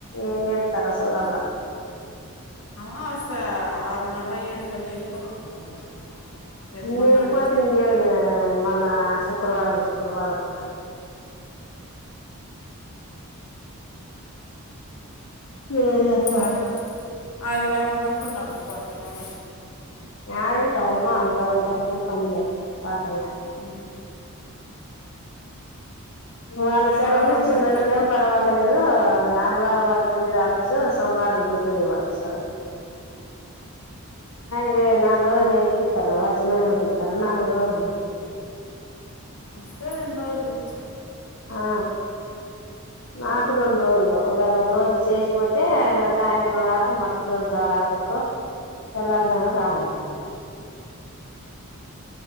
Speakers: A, on the left; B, on the left.
A: ఏం చేస్తారో చూడాలా
B: వాస ఆరున్నర ఏడుకల్ల్లో వెళ్ళిపోతుంది ఆ రోజు రే
A: న
B: మన్నాడు
A: ఎల్లిపోతే ఇంకేం మల్ళ శుక్రవారం శుక్రవారం ఏ
B: ఆది ఆదివారం వరకు ఉండలి పోతే మళ్ళ
A: యాడుంటం అమ్మ ఆదివారం వరకు పనిలే పాటలే
B: హ్మ్
A: వాళ్ళకీ
B: ఎవరు
A: సెలవులు
B: రమ్మంటుందే
A: ఇచ్చింది వాళ్లకేం పర్వాలేదు శుక్రవారం వరకు ఉండి రావచ్చు సోమవారం రోటలు వాచ్చ నాలుగు రోజులు ఎంతిస్తారు వచ్చినరోజు ఇస్తారు నాలుగు రోజులు
B: మస్ రెండూ రోజులీచ్చ
A: ఆ నాకు రెండు రోలు ఒకవేళ ఒక రోజు చేసిపోతే సాయంత్రం కాక మరుసటి రోజు రాత్రిక తెల్లారుదని రా అంటారు